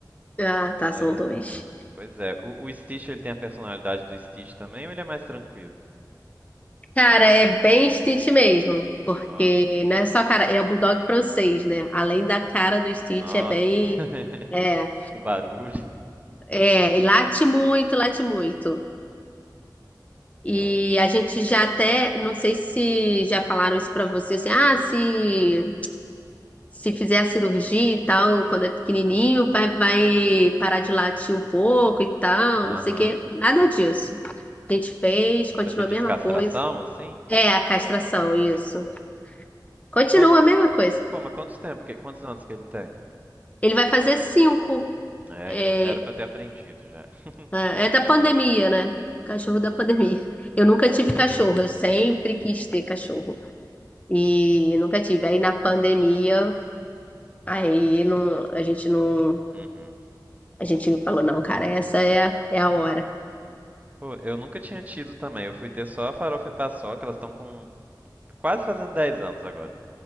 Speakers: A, on the left; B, on the right.
A: Ah, tá,
B: É...
A: são dois.
B: Pois é, o, o Stitch ele tem a personalidade do Stitch também ou ele é mais tranquilo?
A: Cara, é bem Stitch mesmo. Porque
B: Nossa,
A: não é só cara, é o Bulldog francês, né? Além da cara do Stitch,
B: nossa.
A: é bem.
B: <laughs>
A: É,
B: O barulho.
A: é, e late muito, late muito.
B: É.
A: E a gente já até, não sei se já falaram isso pra você, assim, ah, se se fizer a cirurgia e tal, quando é pequenininho, vai, vai parar de latir um pouco e tal,
B: Aham.
A: não sei o quê. Nada disso. A gente fez, continua
B: Mas você diz
A: a mesma
B: castração,
A: coisa.
B: assim?
A: É a castração, isso. Continua
B: E quanto,
A: a mesma coisa.
B: pô, mas quantos tempo? que- Quantos anos que ele tem?
A: Ele vai fazer cinco.
B: É,
A: É,
B: então já era pra ter aprendido já. <laughs>
A: é da pandemia, né? Cachorro
B: Uhum,
A: da pandemia. Eu nunca tive cachorro, eu sempre quis ter cachorro. E nunca tive. Aí na pandemia, aí não, a gente não.
B: uhum.
A: A gente falou, não, cara, essa é a, é a hora.
B: Pô, eu nunca tinha tido também. Eu fui ter só a farofa e paçoca, elas estão com quase fazendo 10 anos agora.